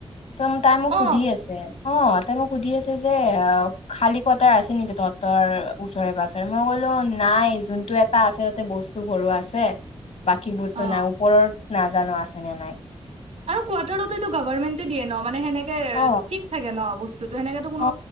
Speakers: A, on the left; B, on the right.
A: ত তাই মোক
B: অ,
A: সুধি আছে, অ তাই মোক সুধি আছে যে যে এ আ ও খালী কোৱাটাৰ আছে নেকি তহঁতৰ ওচৰে পাজৰে মই ক'লো নাই যোনটোয়ে এটা আছে তাতে বস্তু ভৰুৱা আছে। বাকীবোৰতো
B: অ,
A: নাই ওপৰত নাজানো আছে নে নাই।
B: আৰু কোৱাটাৰতো এইটো গভাৰমেণ্টে দিয়ে ন মানে সেনেকে এ
A: অ
B: এ এ ঠিক থাকে ন বস্তু তোৰটো সেনেকেতো কোনো
A: অ